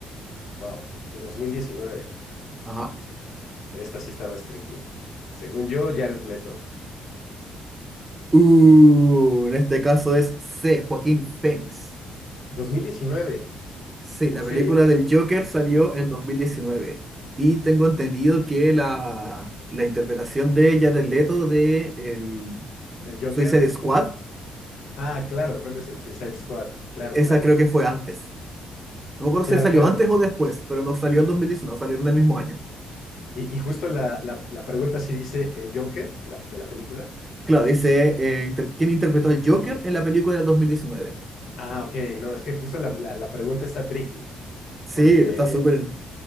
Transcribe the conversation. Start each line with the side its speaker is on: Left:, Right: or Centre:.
Left: wow, de dos mil diecinueve
Right: Ajá.
Left: Esta sí está más tricky. Según yo, Jared Leto.
Right: Uh, en este caso es C, Joaquín Phoenix.
Left: dos mil diecinueve
Right: Sí,
Left: ¿en
Right: la
Left: serio?
Right: película del Joker salió en 2019 y tengo entendido que la, la interpretación de Jared Leto de el
Left: ¿Del Joker?
Right: Suicide Squad,
Left: Ah, claro, fue en Des- en Suicide Squad. Claro,
Right: esa
Left: claro.
Right: creo que fue antes. No me acuerdo
Left: Claro,
Right: si salió
Left: claro.
Right: antes o después, pero no salió en 2019. salieron el mismo año.
Left: Y, y justo la, la, la pregunta sí dice el Joker la, de la película.
Right: Claro, dice eh, inter- quién interpretó al Joker en la película del 2019.
Left: Ah, ok, no, es que justo la, la, la pregunta está tricky,
Right: Sí,
Left: porque
Right: está súper